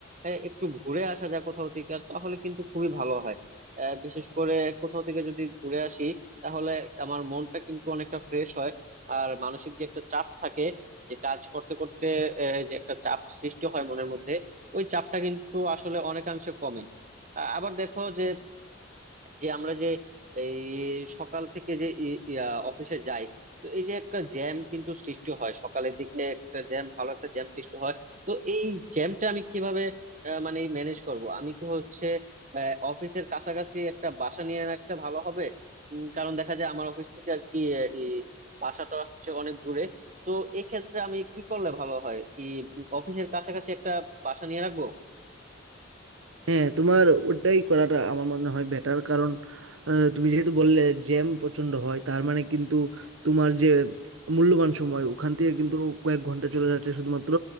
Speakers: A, on the right; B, on the right.
A: আহ, একটু ঘুরে আসা যায় কোথাও থেকে তাহলে কিন্তু খুবই ভালো হয় আহ, বিশেষ করে কোথাও থেকে যদি ঘুরে আসি তাহলে আমার মনটা কিন্তু অনেকটা ফ্রেশ হয় আর মানসিক যে একটা চাপ থাকে যে কাজ করতে করতে আহ, যে একটা চাপ সৃষ্টি হয় মনের মধ্যে ওই চাপটা কিন্তু আসলে অনেকাংশে কমে আ- আবার দেখো যে যে আমরা যে এই সকাল থেকে যে অফিসে যাই তো এই যে একটা জ্যাম কিন্তু সৃষ্টি হয় সকালের দিকে একটা জ্যাম ভালো একটা জ্যাম সৃষ্টি হয় তো এই জ্যামটা আমি কিভাবে আহ, মানে ম্যানেজ করব আমি কি হচ্ছে আহ, অফিসের কাছাকাছি একটা বাসা নিয়ে রাখতে ভালো হবে উম, কারণ দেখা যায় আমার অফিস থেকে আর কি আহ, এই বাসাটা হচ্ছে অনেক দূরে তো এক্ষেত্রে আমি কি করলে ভালো হয় কি অফিসের কাছাকাছি একটা বাসা নিয়ে রাখবো
B: হ্যাঁ তোমার ওটাই করাটা আমার মনে হয় বেটার কারণ আহ, তুমি যেহেতু বললে জ্যাম প্রচন্ড হয় তার মানে কিন্তু তোমার যে মূল্যবান সময় ওখান থেকে কিন্তু কয়েক ঘন্টা চলে যাচ্ছে শুধুমাত্র